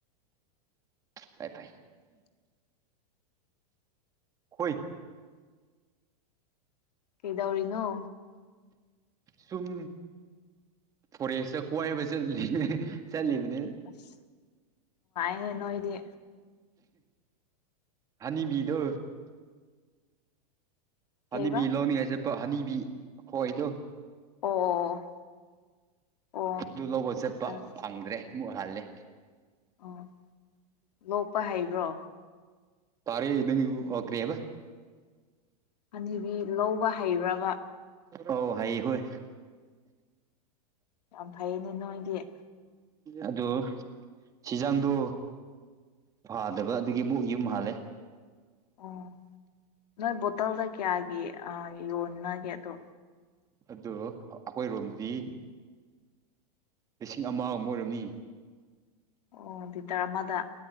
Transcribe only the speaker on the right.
ꯇꯥꯏ ꯇꯥꯏ ꯍꯨꯣꯏ
ꯁꯨꯝ ꯐꯣꯔꯦꯁꯇ ꯀꯣꯏꯏꯕꯠ ꯆꯠꯂꯤꯕꯅꯤ
ꯍꯅꯤꯕꯤꯗꯣ ꯍꯅꯤꯕꯤ
ꯂꯧꯅꯤꯡꯉꯥꯏ ꯆꯠꯄ ꯍꯅꯤꯕꯤ ꯍꯣꯏꯗꯣ
ꯑꯗꯨ ꯂꯧꯕ ꯆꯠꯄ
ꯐꯪꯗ꯭ꯔꯦ ꯑꯃꯨꯛ ꯍꯜꯂꯦ
ꯇꯥꯔꯤꯦ ꯏꯪ ꯀ꯭ꯔꯤꯑꯕ
ꯑꯣ ꯍꯥꯏ ꯍꯣꯏ
ꯑꯗꯨ ꯁꯤꯖꯥꯡꯗꯣ ꯐꯥꯗꯕ ꯑꯗꯨꯒꯤ ꯃꯨꯛ ꯌꯨꯝ ꯍꯥꯜꯂꯦ
ꯑꯗꯣ ꯑꯩꯈꯣꯏꯔꯣꯝꯗꯤ ꯂꯤꯁꯤꯡ ꯑꯃ ꯑꯃ ꯑꯣꯏꯔꯝꯅꯤ